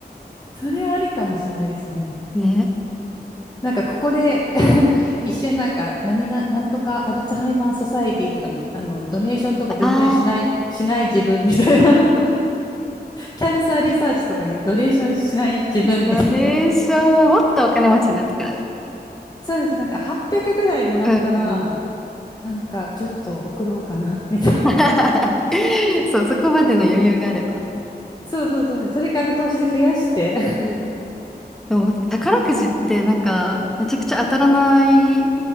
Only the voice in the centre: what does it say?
う。ね。
ああ。
ドネーションはもっとお金持ちになってからです。
うんうん。
<laughs> そう、そこまでの余裕があれば。
うんそう宝くじってなんか、めちゃくちゃ当たらない